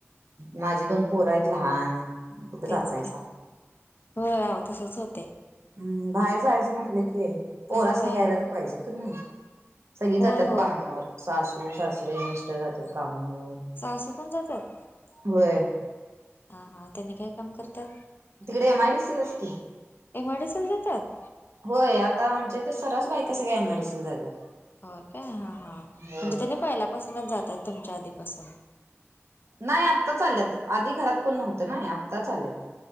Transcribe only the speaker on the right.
माझी दोन पोर आहेत लहान. कुठे जातायसा
हम् बाहेर जायचं म्हणलं कि पोरासनी
घ्यायला तर पाहिजे तुम्ही, सगळी
जातात
कामावर सासू सासरे मिस्टर जातात कामावर.
होय
तिकडे एम आय डी सि लाच की.
होय आता आमच्या हित सरास बाईका सगळया एम आय डी सीला जात्यात.
होय
नाही आत्ता चाल्यात आधी घरात कोण नव्हतं नाही आत्ता चाल्यात.